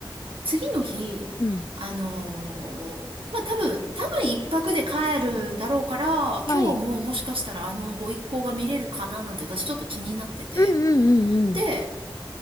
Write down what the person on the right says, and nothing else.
次の日、
あのーまあ、多分、多分一泊で帰るだろうから、
今日ももしかしたらあのご一行が見れるかななんて私ちょっと気になってて。
で、